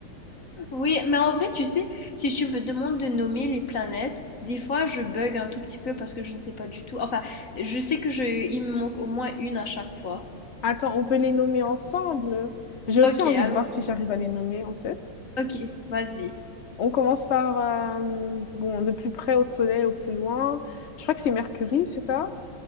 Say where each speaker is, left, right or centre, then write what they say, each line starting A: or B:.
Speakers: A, on the left; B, on the left.
A: Oui, mais en vrai, tu sais, si tu me demandes de nommer les planètes, des fois je bug un tout petit peu parce que je ne sais pas du tout. Enfin, je sais que je, il me manque au moins une à chaque fois.
B: Attends, on peut les nommer ensemble. J'ai aussi
A: Ok,
B: envie
A: alors,
B: de voir si j'arrive à les nommer, en fait.
A: ok, vas-y.
B: On commence par, euh, bon, de plus près au Soleil, au plus loin. Je crois que c'est Mercure, c'est ça?